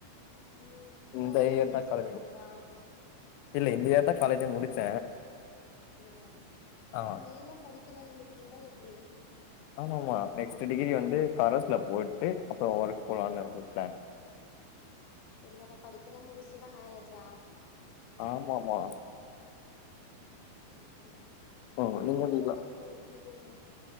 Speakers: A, on the left; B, on the left.
A: ம் இன்னு
B: இந்த
A: ஏதோ
B: இயர்
A: வேலைக்குஎல்லா
B: தா காலேஜ்
A: போலாயா
B: முடி இல்ல இந்த இயர் தா காலேஜு முடிச்சே
A: அப்படியா
B: ஆ
A: இப்ப மேலும் படிக்கணு நீ இப்படினா எப்படி
B: ஆமமா நெக்ஸ்டு டிகிரி வந்து கரஸ்சுல போட்டு அப்புறோ ஒர்க் போலானு ஒரு பிளான்
A: சேரியங்க அப்ப படிப்பு எல்லா முடிச்சிதா மேரேஜா
B: ஆமா ஆமா
A: சேரி சேரி
B: ம்
A: உங்க
B: நீங்க
A: கூட
B: எப்டி
A: பொறந்தாவங்க எத்தன அதேதா